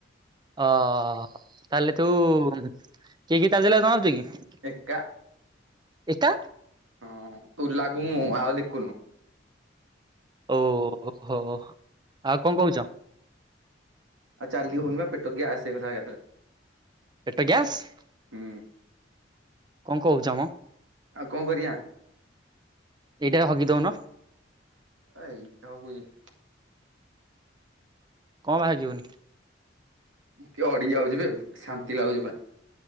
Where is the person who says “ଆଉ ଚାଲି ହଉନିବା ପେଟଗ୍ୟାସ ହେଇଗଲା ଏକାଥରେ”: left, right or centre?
Right